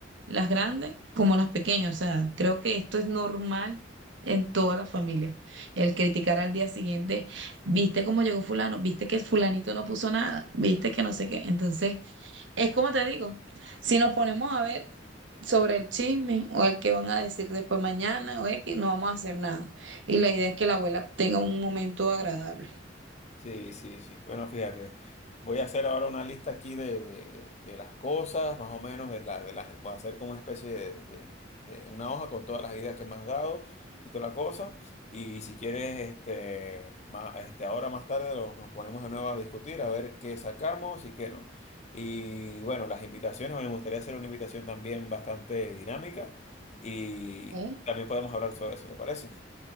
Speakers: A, on the right; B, on the left.
A: las grandes como las pequeñas. O sea, creo que esto es normal en todas las familias. El criticar al día siguiente, viste cómo llegó fulano, viste que fulanito no puso nada, viste que no sé qué. Entonces. Es como te digo, si nos ponemos a ver sobre el chisme o el que van a decir después mañana o X, no vamos a hacer nada. Y la idea es que la abuela tenga un momento agradable.
B: Sí, sí, sí. Bueno, fíjate, voy a hacer ahora una lista aquí de, de- de- de las cosas, más o menos, de las, de las, voy a hacer como una especie de, de- de una hoja con todas las ideas que me has dado y toda la cosa. Y si quieres, este, ma- este, ahora más tarde lo- nos ponemos de nuevo a discutir, a ver qué sacamos y qué no. Y bueno, las invitaciones, bueno, me gustaría hacer una invitación también bastante dinámica y
A: ¿ok?
B: también podemos hablar sobre eso, ¿te parece?